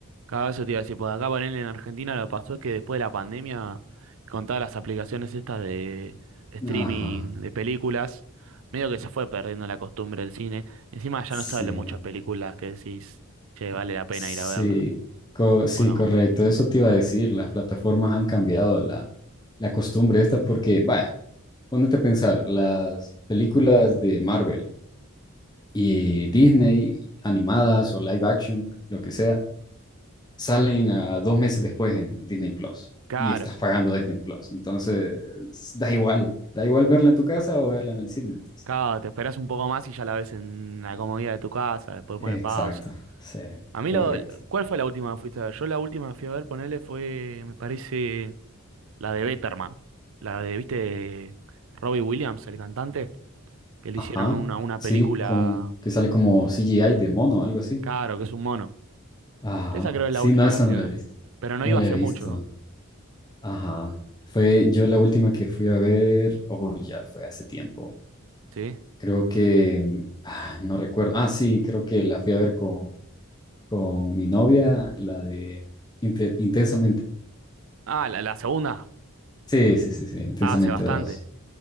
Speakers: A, on the right (about 65°); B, on the left (about 20°).
A: Cada vez eso te iba a decir, por acá ponerle en Argentina lo que pasó es que después de la pandemia, con todas las aplicaciones estas de streaming
B: Ajá,
A: de películas, medio que se fue perdiendo la costumbre del cine. Encima ya
B: sí,
A: no salen muchas películas que decís, che, vale la pena
B: sí,
A: ir a verla,
B: co- sí,
A: ¿o no?
B: correcto, eso te iba a decir, las plataformas han cambiado la, la costumbre esta porque, vaya, ponete a pensar, las películas de Marvel y Disney, animadas o live action, lo que sea, salen a dos meses después en Disney Plus
A: Claro.
B: y estás pagando Disney Plus. Entonces, da igual, da igual verla en tu casa o verla en el cine. entonces.
A: Claro, te esperas un poco más y ya la ves en la comodidad de tu casa, después pone
B: Exacto,
A: pausa.
B: sí,
A: A mí
B: correcto.
A: lo, ¿cuál fue la última que fuiste a ver? Yo la última que fui a ver, ponele, fue, me parece, la de Betterman. La de, ¿viste? de Robbie Williams, el cantante, que le
B: Ajá,
A: hicieron una, una
B: sí,
A: película,
B: con que sale como CGI de mono, algo así.
A: claro, que es un mono.
B: Ajá,
A: Esa creo que es
B: sí,
A: la última
B: no, esa
A: que fui
B: no la
A: a
B: he
A: ver.
B: visto.
A: Pero no
B: No
A: iba
B: la
A: hace
B: he visto.
A: mucho, ¿no?
B: Ajá. Fue yo la última que fui a ver, oh, ya fue hace tiempo.
A: ¿Sí?
B: Creo que, ah, no recuerdo. Ah, sí, creo que la fui a ver con con mi novia, la de Inte- Intensamente.
A: Ah, la, la segunda.
B: Sí, sí, sí, sí, Intensamente
A: Ah, hace bastante.
B: dos